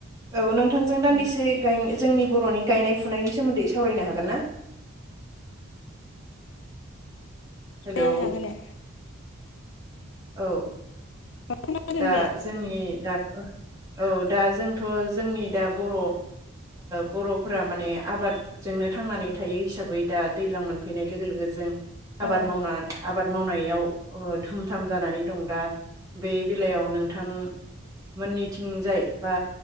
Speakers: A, on the right; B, on the left.
A: औ नोंथांजों दान्दिसे
B: उम
A: गाय जोंनि बर'नि गायनाय फुनायनि सोमोन्दै सावरायनो हागोन ना? हेलौ
B: दे हागोन ने
A: औ।
B: खोनादों
A: दा
B: दे
A: जोंनि दा औ दा जोंथ' जोंनि दा बर' ओ बर'फोरा माने आबादजोंनो थांनानै थायो हिसाबै दा दैयलां मोनफैनाय लोगो लोगो जों आबाद
B: औ
A: मावना आबाद मावनायाव ओ धुम दाम जानानै दं दा बे बेलायाव नोंथां मोननैथिंजाय बा